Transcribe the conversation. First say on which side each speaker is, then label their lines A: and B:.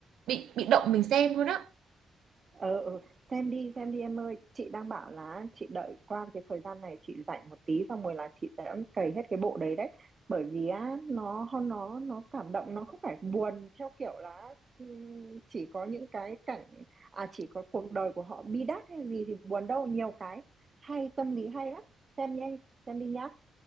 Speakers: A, on the right; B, on the right.
A: bị bị động mình xem luôn á.
B: ờ ừ. xem đi xem đi em ơi chị đang bảo là chị đợi qua cái thời gian này chị rảnh một tí xong rồi là chị sẽ cày hết cái bộ đấy đấy bởi vì á nó nó nó cảm động nó không phải buồn theo kiểu là ừm, chỉ có những cái cảnh à chỉ có cuộc đời của họ bi đát hay gì thì buồn đâu nhiều cái hay tâm lý hay lắm xem nhé xem đi nhá